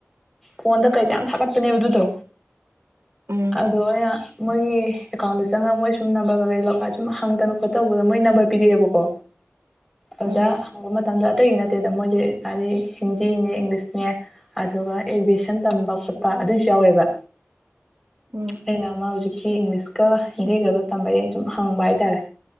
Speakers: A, in the centre; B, on the right.
A: ꯐꯣꯟꯗ ꯀꯩꯇ ꯌꯥꯝ ꯊꯥꯒꯠꯄꯅꯦꯕ ꯑꯗꯨꯗꯣ
B: ꯎꯝ
A: ꯑꯗꯣ ꯑ ꯑꯣꯏꯅ ꯃꯣꯏꯒꯤ ꯑꯦꯀꯥꯎꯟꯗ ꯆꯪꯉꯒ ꯃꯣꯏ ꯁꯨꯝ ꯅꯝꯕꯔ ꯀ ꯀꯩ ꯁꯨꯝ ꯍꯪꯗꯅ ꯈꯣꯠꯇ ꯇꯧꯕꯗ ꯃꯣꯏ ꯅꯝꯕꯔ ꯄꯤꯔꯛꯑꯦꯕꯀꯣ ꯑꯗꯨꯗ
B: ꯎꯝ
A: ꯍꯪꯕ ꯃꯇꯝꯗ ꯑꯇꯩꯗꯤ ꯅꯠꯇꯦꯗ ꯃꯣꯏꯁꯦ ꯍꯥꯏꯗꯤ ꯅꯦ ꯏꯪꯂꯤꯁꯅꯦ ꯑꯗꯨꯒ ꯑꯦꯒꯦꯁꯟ ꯇꯝꯕ ꯈꯣꯠꯄ ꯑꯗꯨꯏꯁꯨ ꯌꯥꯎꯋꯦꯕ
B: ꯎꯝ
A: ꯍꯅ ꯃꯥ ꯍꯧꯖꯤꯛ ꯏꯪꯂꯤꯁꯀ ꯍꯤꯟꯗꯤꯒꯗꯣ ꯇꯝꯕ ꯁꯨꯝ ꯍꯪꯕ ꯍꯥꯏꯇꯥꯔꯦ